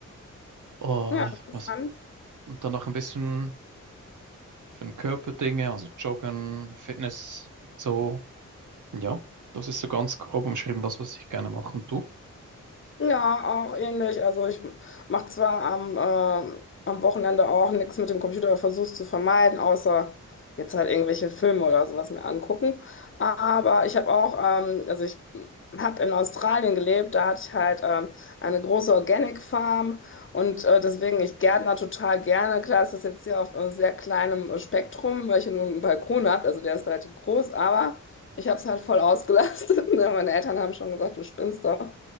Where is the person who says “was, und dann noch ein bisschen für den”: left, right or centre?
Right